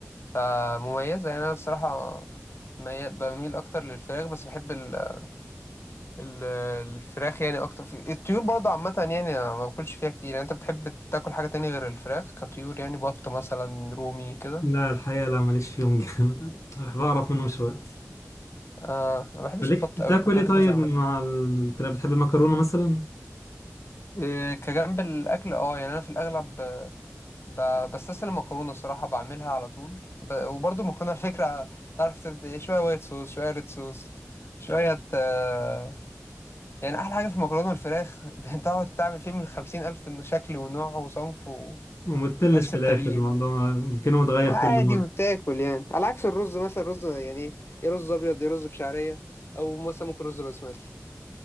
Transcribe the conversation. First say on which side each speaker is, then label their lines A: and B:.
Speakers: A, on the left (about 50°); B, on the left (about 75°).
A: فمميزة يعني أنا الصراحة مي... بميل أكتر للفراخ بس بحب ال... ال... الفراخ يعني أكتر في الطيور برضو عامة يعني أنا ما باكلش فيها كتير يعني أنت بتحب تاكل حاجة تانية غير الفراخ كطيور يعني بط مثلا رومي كده
B: لا الحقيقة لا ماليش فيهم جامد <laughs> بعرف منهم شوية
A: آه أنا ما بحبش
B: مالك
A: البط
B: بتاكل
A: أوي كنت
B: ايه
A: بحبه
B: طيب
A: زمان
B: مع الفراخ بتحب المكرونة مثلا
A: إيه كجنب الاكل اه يعني انا في الاغلب آه، ب- بستسلم مكرونه الصراحه بعملها على طول ب... وبرضه مكرونه الفكره تعرف تبدا إيه، شويه وايت صوص شويه ريد صوص شويه آه، يعني احلى حاجه في المكرونه والفراخ <laughs> بتقعد تعمل فيه من خمسين الف شكل ونوع وصنف وتحس
B: ومتملش في
A: بتغيير
B: الاخر الموضوع يمكن هو اتغير
A: وعادي
B: كل مرة
A: وبتاكل يعني على عكس الرز مثلا الرز يعني يا رز ابيض يا رز بشعريه او مثلا ممكن رز بسمتي